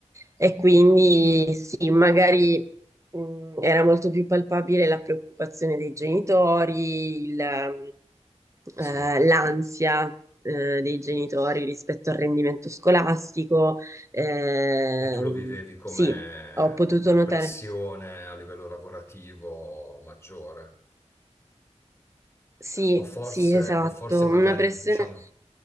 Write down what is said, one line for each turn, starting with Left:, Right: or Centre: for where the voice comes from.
Right: e quindi sì, magari mh, era molto più palpabile la preoccupazione dei genitori, il, eh,
Left: sì.
Right: l'ansia. eh, dei genitori rispetto al rendimento scolastico. Eh,
Left: E tu lo vivevi come
Right: sì, ho potuto
Left: una
Right: notare.
Left: pressione a livello lavorativo maggiore,
Right: Sì,
Left: o forse,
Right: sì, esatto,
Left: o forse magari,
Right: una pressione
Left: diciamo,